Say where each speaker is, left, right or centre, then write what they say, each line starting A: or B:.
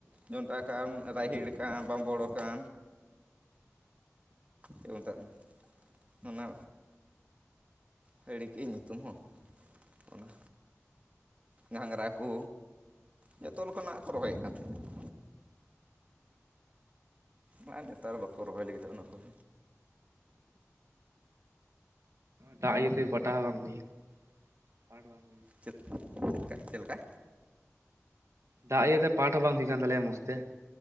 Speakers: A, on the right; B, on the right.
A: ᱡᱚᱸᱱᱰᱨᱟ ᱠᱟᱱ ᱨᱟᱦᱮᱤᱲ ᱠᱟᱱ ᱵᱟᱢᱵᱚᱲ ᱠᱟᱱ ᱪᱮᱫ ᱢᱮᱛᱟᱜ ᱚᱱᱟ ᱚᱱᱟ ᱦᱤᱲᱤᱧ ᱠᱮᱜ ᱟᱹᱧ ᱧᱩᱛᱩᱢ ᱦᱚᱸ ᱚᱱᱟ ᱜᱷᱟᱸᱝᱜᱽᱨᱟ ᱠᱚ ᱡᱚᱛᱚ ᱞᱮᱠᱟᱱᱟᱜ ᱠᱚ ᱨᱚᱦᱚᱭᱮᱫ ᱠᱟᱱ ᱛᱟᱦᱮᱸᱫ ᱾ ᱢᱟ ᱱᱮᱛᱟᱨ ᱵᱟᱠᱚ ᱨᱚᱦᱚᱭ ᱞᱟᱹᱜᱤᱫᱚᱜ ᱚᱱᱟ ᱠᱚ ᱾
B: ᱫᱟᱜ ᱤᱭᱟᱹᱛᱮ ᱯᱟᱴᱟ ᱦᱚᱸ ᱵᱟᱝ ᱦᱩᱭᱩᱜᱼᱟ ᱯᱟᱴᱷ ᱵᱟᱝ ᱦᱩᱭᱩᱜᱼᱟ ᱾
A: ᱪᱮᱫ ᱪᱮᱫ ᱪᱮᱫ ᱞᱮᱠᱟ?
B: ᱫᱟᱜ ᱤᱭᱟᱹᱛᱮ ᱯᱟᱴᱷ ᱦᱚᱸ ᱵᱟᱝ ᱦᱩᱭᱩᱜ ᱠᱟᱱ ᱛᱟᱞᱮᱭᱟ ᱢᱚᱸᱡᱽ ᱛᱮ ᱾